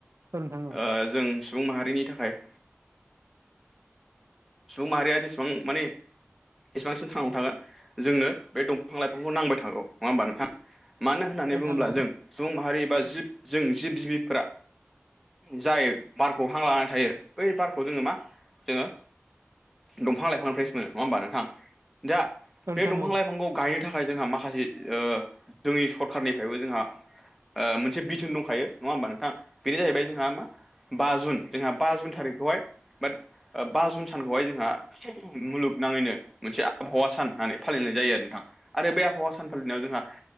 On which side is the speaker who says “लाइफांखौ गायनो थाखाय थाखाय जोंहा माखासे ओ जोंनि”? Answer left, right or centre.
Centre